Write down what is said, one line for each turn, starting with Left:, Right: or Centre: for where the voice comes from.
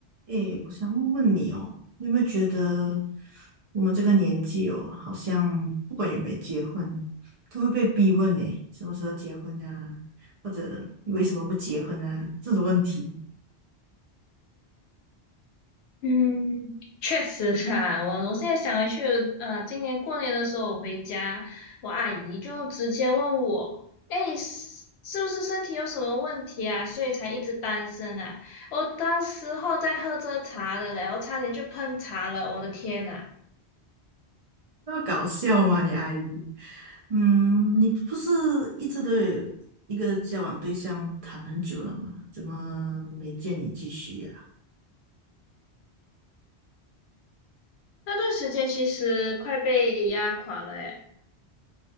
Right: 诶，我想问问你哦，你有没有觉得我们这个年纪哦，好像不管有没有结婚，都会被逼问呢，什么时候结婚呀、或者你为什么不结婚啊？这种问题，
Left: 嗯，确实啊，我我现在想回去，呃，今年过年的时候我回家，我阿姨就直接问我，哎，你是是不是身体有什么问题啊？所以才一直单身啊？我当时候在喝着茶的嘞，我差点就喷茶了，我的天呐，
Right: 那么搞笑吗？你阿姨，嗯，你不是一直都有一个交往对象谈很久了吗？怎么没见你继续呀、
Left: 那段时间其实快被压垮了诶。